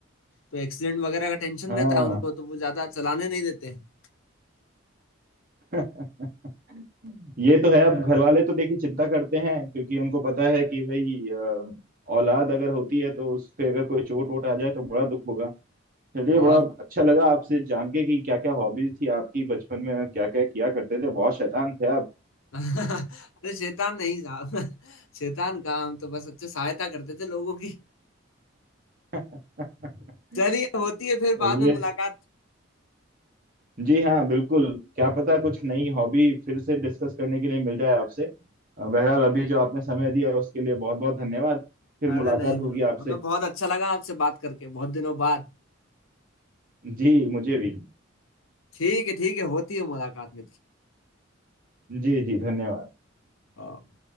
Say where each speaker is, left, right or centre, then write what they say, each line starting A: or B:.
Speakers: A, on the left; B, on the right.
A: तो एक्सीडेंट वगैरह का टेंशन
B: हाँ
A: रहता है उनको तो वो ज्यादा चलाने नहीं देते हैं
B: <laughs> ये तो है अब घर वाले तो देखिए चिंता करते हैं क्योंकि उनको पता है कि भाई अ, औलाद अगर होती है तो उस पे अगर कोई चोट वोट आ जाए तो बड़ा दुख होगा चलिए
A: बहुत
B: बड़ा अच्छा लगा आपसे जान के कि क्या क्या हॉबीज थी आपकी बचपन में क्या क्या किया करते थे बहुत शैतान थे आप
A: <laughs> अरे शैतान नहीं साहब <laughs> शैतान कहाँ हम तो बस अच्छे सहायता करते थे लोगों की
B: <laughs>
A: चलिए होती है फिर
B: चलिए
A: बाद में मुलाकात
B: जी हाँ बिल्कुल क्या पता कुछ नई हॉबी फिर से डिस्कस करने के लिए मिल जाए आपसे अ, बहरहाल अभी जो आपने समय दिया उसके लिए बहुत बहुत धन्यवाद फिर
A: अरे
B: मुलाकात
A: नहीं नहीं
B: होगी आपसे
A: हमें बहुत अच्छा लगा आपसे बात करके बहुत दिनों बाद
B: जी मुझे भी
A: ठीक है ठीक है होती है मुलाकात मेरी
B: जी जी धन्यवाद
A: हाँ।